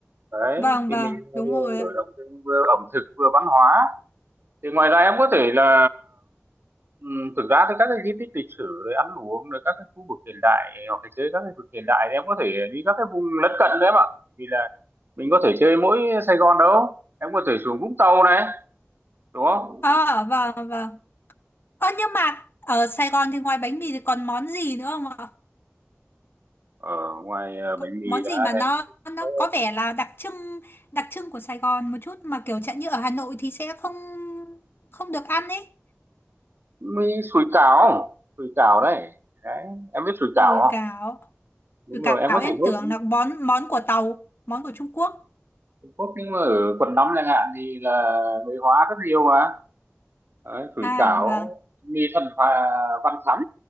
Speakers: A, on the right; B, on the left.
A: đấy
B: vâng,
A: thì
B: vâng,
A: mình vừa
B: đúng rồi
A: mở
B: ạ.
A: rộng thêm vừa ẩm thực vừa văn hóa thì ngoài ra em có thể là ừm, thực ra thì các cái di tích lịch sử rồi ăn uống rồi các cái khu vực hiện đại hoặc là chơi các cái vực hiện đại thì em có thể đi các cái vùng lân cận đấy em ạ vì là mình có thể chơi mỗi Sài Gòn đâu em có thể xuống Vũng Tàu này đúng không
B: Ờ, vâng, vâng. Ơ nhưng mà ở Sài Gòn thì ngoài bánh mì thì còn món gì nữa không ạ?
A: Ở ngoài ờ,
B: Có,
A: bánh mì
B: món
A: đã
B: gì mà
A: thấy
B: nó nó
A: có
B: có vẻ là đặc trưng đặc trưng của Sài Gòn một chút mà kiểu chẳng như ở Hà Nội thì sẽ không không được ăn ấy.
A: mì sủi cảo Sủi cảo đấy. Đấy, em biết sủi cảo
B: Đùi
A: không?
B: cáo,
A: Đúng
B: đùi cáo
A: rồi, em có
B: em
A: thể đốt
B: tưởng là món món của Tàu, món của Trung Quốc.
A: Trung nhưng mà ở quần nóng chẳng hạn thì là người hóa rất nhiều mà. Đấy, sủi
B: À
A: cảo,
B: vâng.
A: mì thần và văn thắn